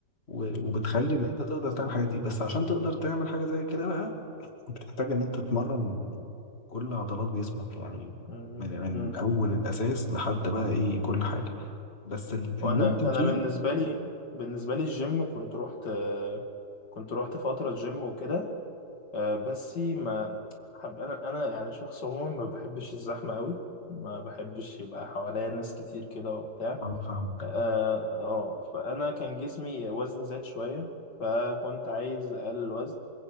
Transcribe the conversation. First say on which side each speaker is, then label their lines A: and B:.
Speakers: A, on the left; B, on the left.
A: و- وبتخلي ان انت تقدر تعمل حاجة دي بس عشان تقدر تعمل حاجة زي كده بقى بتحتاج ان انت تتمرن كل عضلات جسمك يعني
B: امم
A: من من اول الاساس لحد بقى ايه كل حاجة بس الممتع
B: وانا انا
A: فيها
B: بالنسبه لي بالنسبه لي الجيم كنت رحت كنت رحت فتره جيم وكده آه، بس ما حب انا انا يعني شخص عموما ما بحبش الزحمه قوي ما بحبش يبقى حواليا ناس كتير كده وبتاع
A: اه فاهمك
B: اه آه، فانا كان جسمي وزني زاد شويه فكنت عايز اقلل الوزن